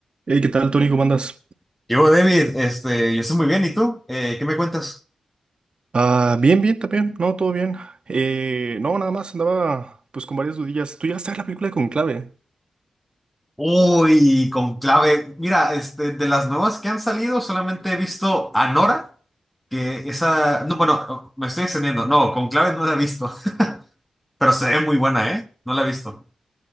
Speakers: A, on the right; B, in the centre.
A: Hey, ¿qué tal, Tony? ¿Cómo andas?
B: Yo, David, este, yo estoy muy bien, ¿y tú? Eh, ¿qué me cuentas?
A: Ah, bien, bien, también. No, todo bien. Eh, no, nada más andaba pues con varias dudillas. ¿Tú llegaste a ver la película con clave?
B: Uy, con clave. Mira, este, de las nuevas que han salido, solamente he visto Anora, que esa, no, bueno, me estoy extendiendo, no, con clave no la he visto, <laughs> pero se ve muy buena, ¿eh? No la he visto.